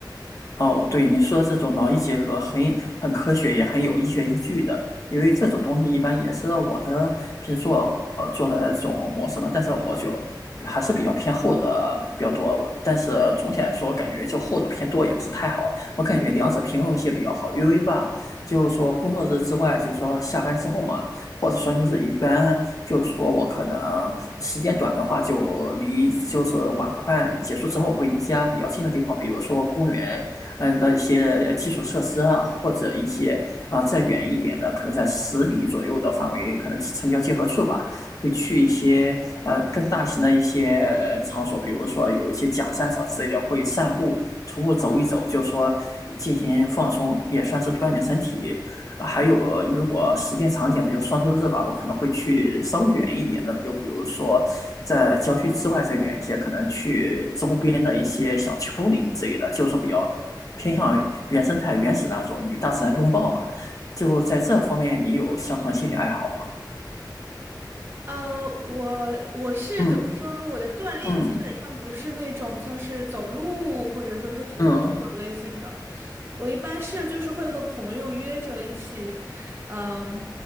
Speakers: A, on the left (about 45°); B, on the right (about 30°).
A: 哦，对，你说的这种劳逸结合很很科学，也很有医学依据的。因为这种东西一般也是我的平时做呃做的这种模式嘛，但是我就还是比较偏后者比较多。我但是总体来说，感觉就后者偏多也不是太好，我感觉两者平衡一些比较好。因为吧，就是说工作日之外，就是说下班之后嘛，或者双休日，一般就是说我可能时间短的话，就离就是晚饭结束之后会离家比较近的地方，比如说公园。嗯的一些基础设施啊，或者一些啊、呃再远一点的，可能在十里左右的范围，可能城郊结合处吧，会去一些呃更大型的一些呃场所，比如说有一些假山场之类的，会散步、徒步走一走，就说进行放松，也算是锻炼身体。还有，如果时间长点，比如双休日吧，我可能会去稍微远一点的，就比如说在郊区之外再远一些，可能去周边的一些小丘陵之类的，就是说比较偏向于原生态、原始那种，与大自然拥抱吧。就在这方面，你有相同的兴趣爱好吗？
B: 呃，我我是怎么说呢？
A: 嗯
B: 我的锻炼基本上不是那种像是走路或者说是徒步这种类型的，
A: 嗯嗯，
B: 我一般是就是会和朋友约着一起，嗯、